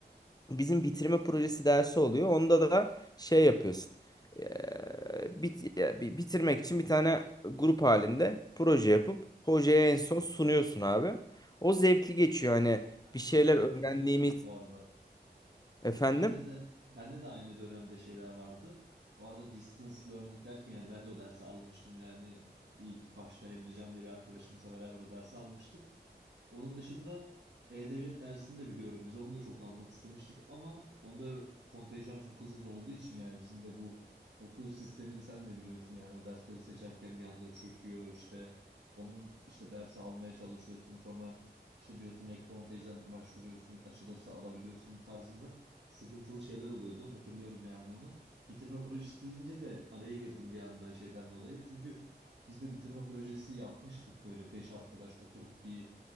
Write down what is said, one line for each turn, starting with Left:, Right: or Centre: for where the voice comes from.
Left: bizim bitirme projesi dersi oluyor. Onda da şey yapıyorsun. Ee, bit- ya, bi- bitirmek için bir tane grup halinde proje yapıp hocaya en son sunuyorsun abi. O zevkli geçiyor. Hani
Right: Ha,
Left: bir şeyler öğrendiğimiz
Right: hatırladım bu arada.
Left: efendim
Right: Bende de bende de aynı dönemde şeyler vardı. Bu arada distance learning derken yani ben de o dersi almıştım yani ilk başta Emrecan diye bir arkadaşımızla beraber o dersi almıştık. Onun dışında E-Devlet dersini de biliyorum. Biz onu da çok almak istemiştik ama onda kontenjan çok hızlı dolduğu için yani bizim de bu okul sistemini sen de biliyorsun yani o dersleri seçerken bir anda çöküyor işte onun işte dersi almaya çalışıyorsun sonra işte diyorsun ek kontenjan başvuruyorsun açılırsa alabiliyorsun tarzında sıkıntılı şeyler oluyordu hatırlıyorum yani onu. Bitirme projesi deyince de araya girdim bir anda şeyden dolayı çünkü biz de bitirme projesi yapmıştık böyle beş arkadaş oturup bir